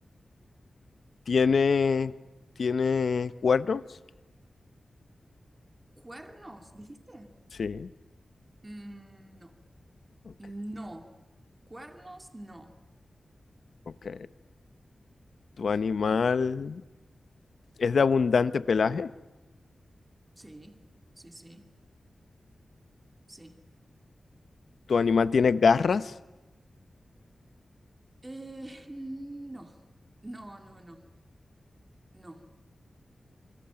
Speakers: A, on the left; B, on the right.
A: tiene, tiene cuernos?
B: ¿Cuernos, dijiste?
A: Sí.
B: Mm, no,
A: Ok,
B: no. Cuernos, no.
A: ok. ¿Tu animal es de abundante pelaje?
B: Sí, sí, sí, sí.
A: ¿Tu animal tiene garras?
B: Eh, no, no, no, no, no. <laughs>